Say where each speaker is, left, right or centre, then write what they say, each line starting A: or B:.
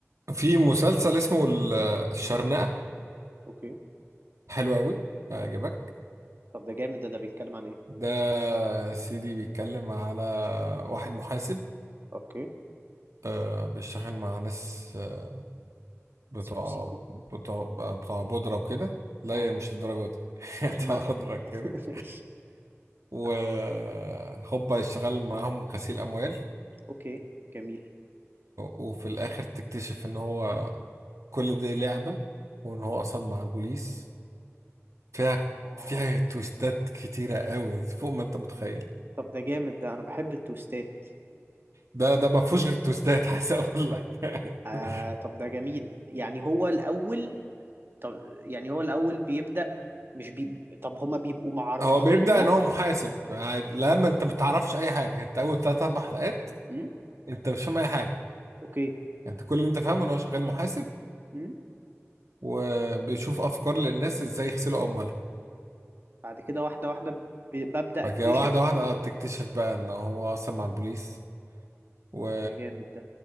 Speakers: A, on the right; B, on the right.
A: في مسلسل اسمه ال- الشرنقه
B: اوكي
A: حلو قوي هيعجبك
B: طب ده جامد ده ده بيتكلم عن ايه
A: ده سيدي بيتكلم على واحد محاسب
B: اوكي
A: آه بيشتغل مع ناس آه، بتوع
B: سيكو سيكو
A: بتوع بتوع بودره وكده لا
B: اه
A: يا مش الدرجه دي <laughs> بتوع
B: ما
A: بودره كده
B: <laughs> ماشي
A: وهوبا
B: اه
A: يشتغل معاهم غسيل اموال
B: اوكي جميل
A: وفي الاخر تكتشف ان هو كل دي لعبة وان هو اصلا مع البوليس فيها
B: اه
A: فيها تويستات كتيرة قوي فوق ما انت متخيل
B: طب ده جامد ده انا بحب التوستات
A: ده ده ما فيهوش غير تويستات <laughs> عايز اقول لك <laughs>
B: آه طب ده جميل يعني هو الاول طب يعني هو الاول بيبدأ مش بي... طب هما بيبقوا معرفيننا
A: هو بيبدأ ان هو محاسب عادي لما انت ما بتعرفش اي حاجة انت اول تلات اربع حلقات
B: امم
A: انت مش فاهم اي حاجة
B: اوكي
A: انت كل اللي انت فاهمه ان هو شغال محاسب
B: امم
A: وبيشوف افكار للناس ازاي يغسلوا اموالهم
B: بعد كده واحدة واحدة ب... ببدأ
A: بعد
B: اكتشف
A: كده واحدة واحدة آه، تكتشف بقى ان هو اصلا مع البوليس و...
B: ده جامد ده